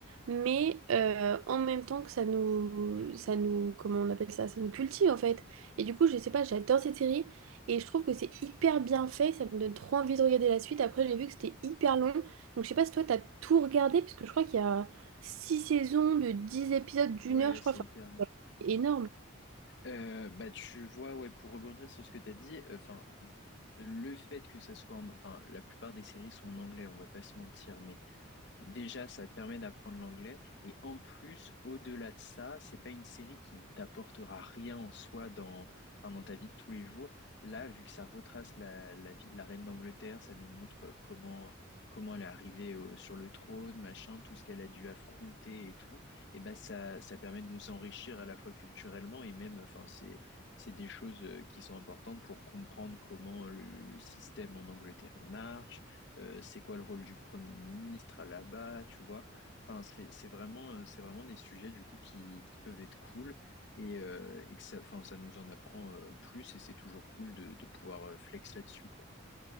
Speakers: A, on the right; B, on the left.
A: Mais euh, en même temps que ça nous, ça nous, comment on appelle ça, ça nous cultive en fait. Et du coup, je sais pas, j'adore cette série et je trouve que c'est hyper bien fait. Ça me donne trop envie de regarder la suite. Après, j'ai vu que c'était hyper long. Donc, je sais pas si toi, t'as tout regardé, parce que je crois qu'il y a six saisons de 10 épisodes d'une
B: Ouais,
A: heure, je crois.
B: c'est
A: Enfin,
B: hyper long.
A: c'est énorme.
B: Euh, bah tu vois ouais pour rebondir sur ce que t'as dit enfin le fait que ça soit en... enfin la plupart des séries sont en anglais on va pas se mentir mais Déjà, ça te permet d'apprendre l'anglais. Et en plus, au-delà de ça, c'est pas une série qui ne t'apportera rien en soi dans, enfin, dans ta vie de tous les jours. Là, vu que ça retrace la, la vie de la reine d'Angleterre, ça nous montre euh, comment, comment elle est arrivée au- sur le trône, machin, tout ce qu'elle a dû affronter et tout. Et ben, ça, ça permet de nous enrichir à la fois culturellement et même, enfin, c'est, c'est des choses euh, qui sont importantes pour comprendre comment le, le système en Angleterre il marche euh, c'est quoi le rôle du Premier ministre là-bas, tu vois. Enfin, c'est c'est vraiment, euh, c'est vraiment des sujets du coup qui, qui peuvent être cool et, euh, et que ça, enfin, ça nous en apprend euh, plus et c'est toujours cool de, de pouvoir euh, flex là-dessus, quoi.